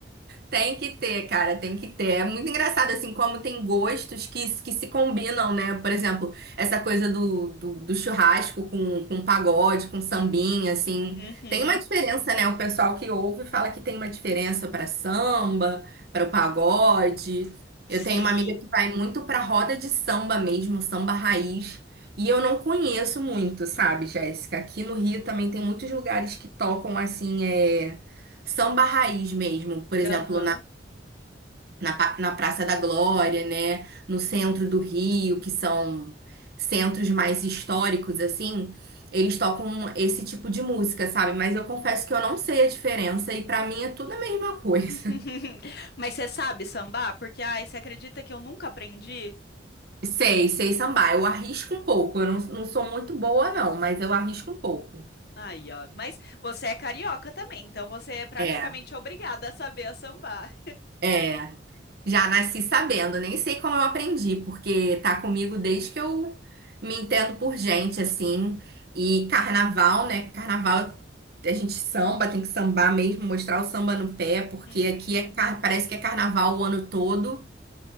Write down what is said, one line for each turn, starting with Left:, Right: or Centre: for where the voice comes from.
Right: Tem que ter, cara, tem que ter. É muito engraçado, assim, como tem gostos que, que se combinam, né? Por exemplo, essa coisa do, do, do churrasco com, com pagode, com sambinha, assim.
Left: Uhum,
Right: Tem uma diferença, né? O pessoal que ouve fala que tem uma diferença para samba, para o pagode. Eu
Left: sim.
Right: tenho uma amiga que vai muito para roda de samba mesmo, samba raiz. E eu não conheço muito, sabe, Jéssica? Aqui no Rio também tem muitos lugares que tocam, assim, é samba raiz mesmo, por exemplo,
Left: Aham.
Right: na, pa- na Praça da Glória, né? No centro do Rio, que são centros mais históricos, assim, eles tocam esse tipo de música, sabe? Mas eu confesso que eu não sei a diferença e pra mim é tudo a mesma coisa.
Left: <laughs>
Right: <laughs>
Left: Mas você sabe sambar? Porque, ai, você acredita que eu nunca aprendi?
Right: Sei, sei sambar. Eu arrisco um pouco. Eu não, não sou muito boa, não, mas eu arrisco um pouco.
Left: Aí, ó. Mas você é carioca também, então você é praticamente
Right: É,
Left: obrigada a saber a sambar.
Right: é. Já nasci sabendo, nem sei como eu aprendi, porque tá comigo desde que eu me entendo por gente, assim. E carnaval, né? Carnaval, a gente samba, tem que sambar mesmo, mostrar o samba no pé, porque
Left: Uhum.
Right: aqui é, car- parece que é carnaval o ano todo,